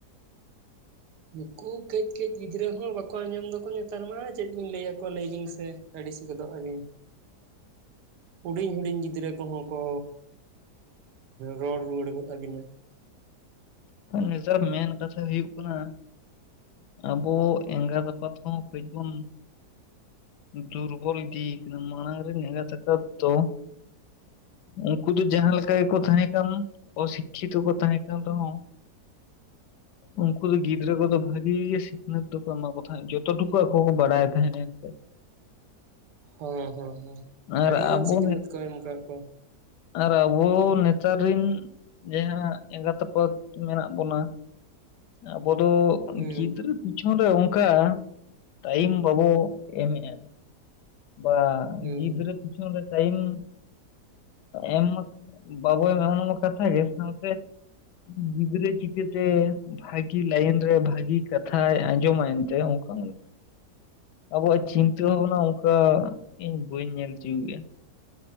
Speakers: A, on the right; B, on the left.
A: ᱱᱩᱠᱩ ᱠᱟᱹᱡ ᱠᱟᱹᱡ ᱜᱤᱫᱽᱨᱟᱹ ᱦᱚᱸ ᱵᱟᱠᱚ ᱟᱸᱡᱚᱢ ᱫᱟᱠᱚ ᱱᱮᱛᱟᱨ ᱢᱟ ᱪᱮᱫ ᱵᱤᱱ ᱞᱟᱹᱭᱟᱠᱚᱣᱟ ᱞᱟᱹᱭ ᱵᱤᱱ ᱥᱮ ᱟᱹᱰᱤᱥ ᱜᱚᱫᱚᱜᱼᱟ ᱵᱤᱱ ᱦᱩᱰᱤᱧ ᱦᱩᱰᱤᱧ ᱜᱤᱫᱽᱨᱟᱹ ᱠᱚᱦᱚᱸ ᱠᱚ ᱨᱚᱲ ᱨᱩᱣᱟᱹᱲ ᱜᱚᱫ ᱛᱵᱤᱱᱟ
B: ᱱᱮᱛᱟᱨ ᱢᱮᱱ ᱠᱟᱛᱷᱟ ᱦᱩᱭᱩᱜ ᱠᱟᱱᱟ ᱟᱵᱚ ᱮᱸᱜᱟᱛ ᱟᱯᱟᱛ ᱠᱚᱦᱚᱸ ᱠᱟᱹᱡ ᱵᱚᱱ ᱫᱩᱨᱵᱚᱞ ᱫᱤ ᱠᱟᱱᱟ ᱢᱚᱲᱟᱝᱨᱮ ᱮᱟᱜᱟᱛ ᱟᱯᱟᱛ ᱫᱚ ᱩᱱᱠᱩ ᱫᱚ ᱡᱟᱦᱟᱸ ᱞᱮᱠᱟ ᱜᱮᱠᱚ ᱛᱟᱦᱮᱸ ᱠᱟᱱ ᱚᱥᱤᱠᱠᱷᱤᱛᱚ ᱠᱚ ᱛᱟᱦᱮᱸ ᱠᱟᱱ ᱨᱮᱦᱚᱸ
A: <inaudible>
B: ᱩᱱᱠᱩ ᱫᱚ ᱜᱤᱫᱽᱨᱟᱹ ᱠᱚᱫᱚ ᱵᱷᱟᱜᱤ ᱜᱮ ᱥᱤᱠᱷᱱᱟᱹᱛ ᱫᱚᱠᱚ ᱮᱢᱟ ᱠᱚ ᱛᱟᱦᱮᱸᱫ ᱡᱚᱛ ᱴᱩᱠᱩ ᱟᱠᱚ ᱠᱚ ᱵᱟᱲᱟᱭ ᱛᱟᱦᱮᱸᱫ ᱮᱱᱛᱮ
A: ᱦᱮᱸ ᱦᱮᱸ ᱦᱮᱸ
B: ᱟᱨ
A: ᱟᱹᱰᱤ ᱜᱟᱱ
B: ᱟᱵᱚ
A: ᱥᱤᱠᱷᱱᱟᱹᱛ ᱠᱚ ᱮᱢ ᱠᱟᱜ ᱠᱚᱣᱟ
B: ᱟᱨ ᱟᱵᱚ ᱱᱮᱛᱟᱨ ᱨᱤᱱ ᱡᱟᱦᱟᱸ ᱮᱸᱜᱟᱛ ᱟᱯᱟᱛ ᱢᱮᱱᱟᱜ ᱵᱚᱱᱟ ᱟᱵᱚ ᱫᱚ
A: ᱦᱩᱸ
B: ᱜᱤᱫᱽᱨᱟᱹ ᱯᱤᱪᱷᱚᱱ ᱨᱮ ᱚᱝᱠᱟ ᱴᱟᱭᱤᱢ ᱵᱟᱵᱚ ᱮᱢᱮᱫᱼᱟ ᱵᱟ
A: ᱦᱩᱸ
B: ᱜᱤᱫᱽᱨᱟᱹ ᱯᱤᱪᱦᱚᱱ ᱨᱮ ᱴᱟᱭᱤᱢ ᱮᱢ ᱢᱟ ᱵᱟᱵᱩ ᱮᱢᱟ ᱚᱱᱟᱢᱟ ᱠᱟᱛᱷᱟ ᱜᱮ ᱥᱟᱶᱛᱮ ᱜᱤᱫᱽᱨᱟᱹ ᱪᱤᱠᱟᱹᱛᱮ ᱵᱷᱟᱹᱜᱤ ᱞᱟᱭᱤᱱ ᱨᱮ ᱵᱷᱟᱹᱜᱤ ᱠᱟᱛᱷᱟᱭ ᱟᱸᱡᱚᱢᱟ ᱮᱱᱛᱮ ᱚᱱᱠᱟ ᱟᱵᱚᱣᱟᱜ ᱪᱤᱱᱛᱟᱹ ᱵᱷᱟᱵᱽᱱᱟ ᱚᱝᱠᱟ ᱤᱧ ᱵᱟᱹᱧ ᱧᱮᱞ ᱛᱤᱭᱳᱜᱮᱼᱟ